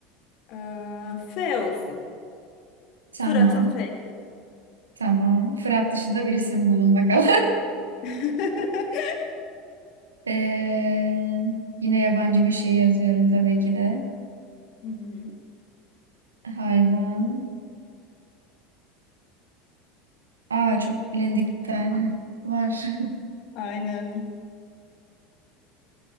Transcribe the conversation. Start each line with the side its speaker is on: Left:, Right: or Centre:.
Left: Ee, F olsun.
Right: Tamam.
Left: Fırat'ın F.
Right: Tamam. Fırat dışında bir isim bulun bakalım.
Left: <laughs>
Right: Ee, yine yabancı bir şey yazıyorum tabii ki de.
Left: Hı hı.
Right: Hayvan. Aa çok bilindik bir tane var. <laughs>
Left: Aynen.